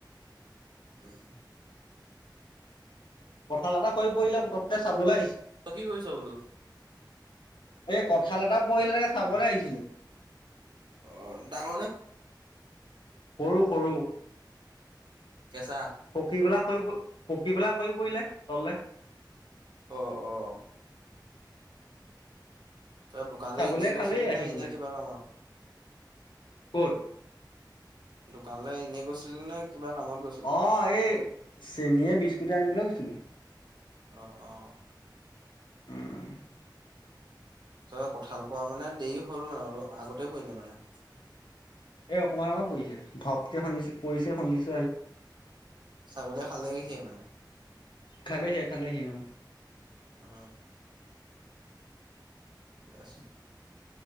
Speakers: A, on the right; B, on the left.
A: <unintelligible>
B: কথাল এটা হৈ পৰিলে পুতককে চাবলৈ আহিছিলো।
A: তই কি কৰিছ বোলো।
B: এই কথাল এটা পৰিলে। চাবলৈ
A: উম
B: আহিছিলো।
A: অ ডাল।
B: সৰু সৰু।
A: কেছা।
B: পকী পেলা শ পকি পেলাই হৈ পৰিলে তলে।
A: অহ অহ। তই দোকান
B: ছাগলীয়ে
A: যে এনেই গৈছিলি
B: খালেই আহি
A: নে এনে
B: পেলাই
A: কিবা কামত।
B: ক'ত
A: দোকানলৈ এনেই গৈছিলি নে। কিবা কামত গৈছিলি
B: অহ এই চেনীয়ে বিস্কুট আনিবলৈ গৈছিলো।
A: অ অ।
B: উম।
A: তাই কঁঠাল পোৱা মানে দেৰি হ'ল মানে অলপ আগতে পৰিলে মানে।
B: এ অকমান আগত পৰিছে ধপক শুনিছে পৰিছে শুনিছে।
A: ছাগলীয়ে খালে সেই মানে।
B: খালেহিয়ে খালেহি অ।
A: অ। ইএছ।